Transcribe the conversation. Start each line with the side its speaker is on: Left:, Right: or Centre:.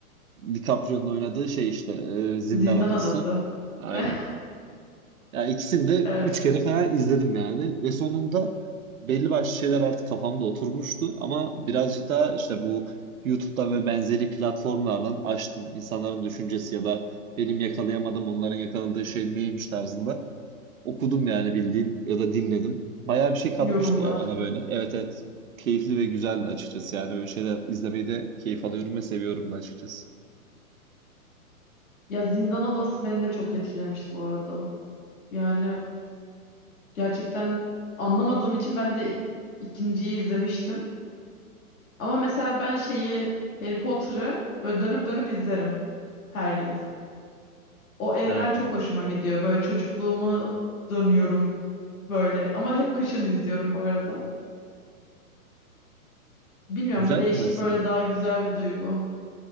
Right: DiCaprio'nun oynadığı şey işte e, Zindan
Left: Zindan
Right: Adası.
Left: Adası.
Right: Aynen.
Left: <laughs>
Right: Ya ikisini de
Left: Evet,
Right: üç kere falan izledim yani ve sonunda belli başlı şeyler artık kafamda oturmuştu ama birazcık daha işte bu YouTube'dan ve benzeri platformlardan açtım. İnsanların düşüncesi ya da benim yakalayamadığım onların yakaladığı şey neymiş tarzında okudum yani bildiğin ya da dinledim. Bayağı bir şey katmıştı
Left: yorumlar.
Right: ya bana böyle. Evet evet keyifli ve güzeldi açıkçası yani öyle şeyler izlemeyi de keyif alıyorum ve seviyorum da açıkçası.
Left: Ya Zindan Adası beni de çok etkilemişti bu arada. Yani gerçekten anlamadığım için ben de ikinciyi izlemiştim. Ama mesela ben şeyi Harry Potter'ı böyle dönüp dönüp izlerim her yıl. O evren
Right: He,
Left: çok hoşuma gidiyor. Böyle çocukluğumu dönüyorum böyle. Ama hep kışın izliyorum bu arada. Bilmiyorum
Right: güzelmiş
Left: değişik
Right: aslında.
Left: böyle daha güzel bir duygu.